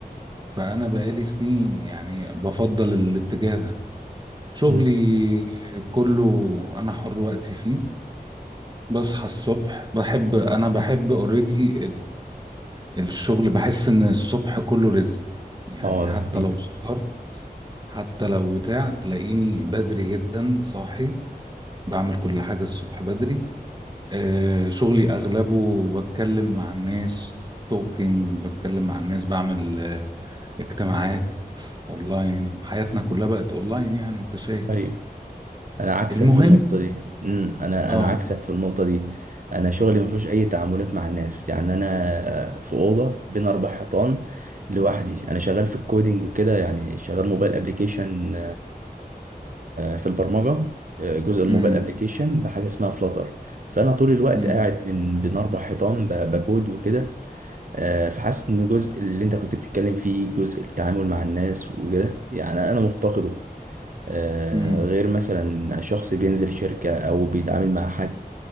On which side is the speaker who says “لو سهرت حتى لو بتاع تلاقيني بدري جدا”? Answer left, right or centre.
Right